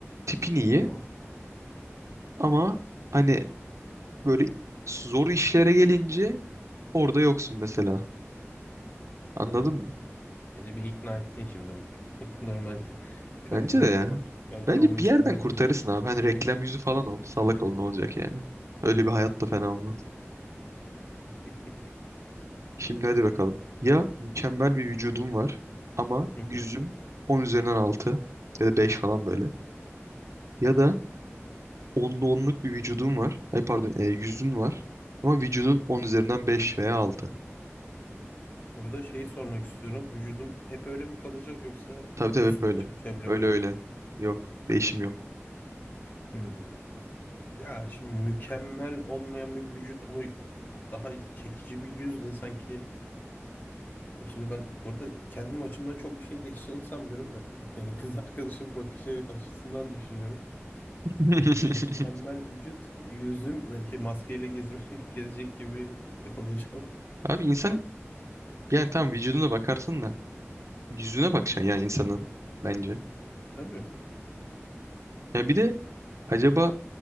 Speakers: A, on the right; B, on the left.
A: tipin iyi
B: Tamam.
A: ama hani böyle zor işlere gelince orada yoksun mesela. Anladın
B: Ha,
A: mı?
B: beni bir ikna ettin şimdi bak. <laughs> Normalde karizmatik
A: Bence de ya.
B: ama düşük
A: Bence
B: IQ olmak
A: bir
B: istemezdim.
A: yerden kurtarırsın abi. Hani reklam yüzü falan ol. Salak ol ne olacak yani. Öyle bir hayat da fena olmaz.
B: <laughs>
A: Şimdi hadi bakalım. Ya mükemmel bir vücudum var ama
B: Hı
A: yüzüm
B: hı.
A: 10 üzerinden 6 ya da 5 falan böyle. Ya da onlu onluk bir vücudum var. E pardon e, yüzün var ama vücudun 10 üzerinden beş veya altı.
B: Burada şeyi sormak istiyorum. Vücudum hep öyle mi kalacak yoksa
A: Tabii tabii
B: üstüne
A: hep böyle.
B: çalışabiliyor
A: Öyle
B: muyum?
A: öyle. Yok. Değişim yok.
B: Hı. Ya şimdi mükemmel olmayan bir vücut ama daha çekici bir yüz de sanki. E şimdi ben burada kendim açımdan çok bir şey <laughs> değişeceğini sanmıyorum da. Yani kız arkadaşım bakışı açısından düşünüyorum.
A: <laughs>
B: Yani mükemmel vücut, yüzüm e, şey, maskeyle gezme, <laughs> gezecek gibi <laughs> olacağım.
A: Abi insan yani tam vücuduna bakarsın da yüzüne bakacaksın yani insanın bence.
B: Tabii.
A: Yani bir de Acaba